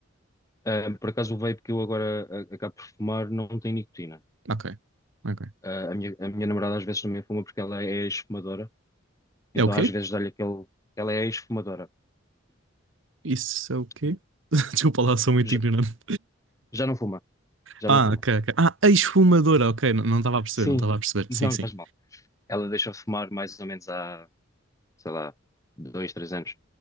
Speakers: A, on the left; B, on the right.
A: Ah, por acaso o vape que eu agora ah, acabo por fumar não tem nicotina.
B: Ok, ok.
A: Ah, a minha, a minha namorada às vezes também fuma porque ela é ex-fumadora,
B: É
A: então
B: o quê?
A: às vezes dá-lhe aquele. Ela é ex-fumadora.
B: Isso é o quê?
A: E
B: <laughs> Desculpa lá, sou muito
A: Já,
B: ignorante.
A: já não fuma, já
B: Ah,
A: não fuma.
B: ok, ok. Ah, a esfumadora, ok. Não não estava a perceber,
A: Sim,
B: não estava a perceber.
A: não
B: Sim, sim.
A: faz mal. Ela deixa fumar mais ou menos há, sei lá, dois, três anos.